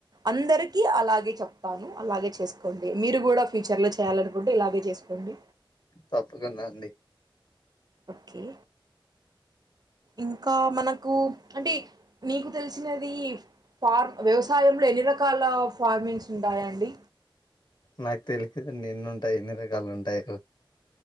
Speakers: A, on the right; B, on the left.
A: అందరికీ అలాగే చెప్తాను అలాగే చే కోండి మీరు కూడా ఫ్యూచర్ లో చేయాలనుకుంటే ఇలాగే చేసుకోండి
B: తప్పకుండా అండి
A: ఓకే ఇంకా మనకు అంటే నీకు తెలిసినది ఫార్మ్ వ్యవసాయంలో ఎన్ని రకాల ఫార్మింగ్స్ ఉంటాయాండి
B: నాకు తెలిసుదండి ఎన్ని ఉంటాయి ఎన్ని రకాలు ఉంటాయి